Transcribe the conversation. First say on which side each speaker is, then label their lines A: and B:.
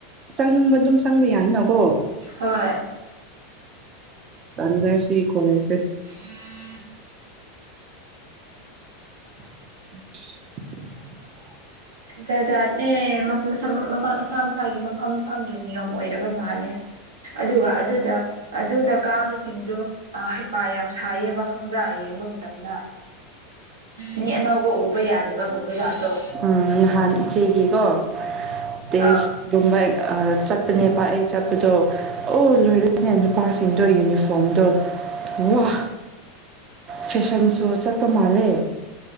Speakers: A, on the right; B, on the right.
A: ꯆꯪꯅꯤꯡꯕ ꯑꯗꯨꯝ ꯆꯪꯕ ꯌꯥꯏꯅꯀꯣ
B: ꯍꯣꯏ
A: ꯇꯟꯗꯔꯥꯁꯤ ꯀꯣꯂꯦꯁꯁꯦ
B: <unintelligible>
A: <unintelligible>
B: ꯖꯥ ꯖꯥꯠꯅꯦ ꯃꯁꯥ ꯃꯁꯥꯒꯤ ꯃꯐꯝ ꯃꯐꯝꯒꯤ ꯅꯤꯌꯣꯝ ꯑꯣꯏꯔꯕ ꯃꯥꯜꯂꯦ ꯑꯗꯨꯒ ꯑꯗꯨꯗ ꯑꯗꯨꯗ ꯀꯥꯕꯁꯤꯡꯗꯨꯣ ꯍꯩꯄꯥ ꯌꯥꯝ ꯁꯥꯏꯌꯦꯕ ꯈꯪꯕ꯭ꯔꯥ ꯌꯦꯡꯕ ꯃꯇꯝꯗ ꯃꯤ ꯑꯅꯧꯕ ꯎꯕ ꯌꯥꯗꯕꯒꯨꯝꯕ ꯖꯥꯠꯇꯣ
A: ꯎꯝ ꯅꯍꯥꯟ ꯏꯆꯦꯒꯤꯀꯣ ꯇꯦꯁ
B: ꯑꯥꯎ
A: ꯑꯗꯨꯨꯝꯕ ꯆꯠꯄꯅꯦ ꯄꯥꯛ ꯑꯩ ꯆꯠꯄꯗꯣ ꯑꯣ ꯂꯣꯏꯔꯣꯏꯅꯦ ꯅꯨꯄꯥꯁꯤꯡꯗꯣ ꯌꯨꯅꯤꯐꯣꯝ ꯐꯣꯝꯗꯣ ꯋꯥ ꯐꯦꯁꯟ ꯁꯣ ꯆꯠꯄ ꯃꯥꯜꯂꯦ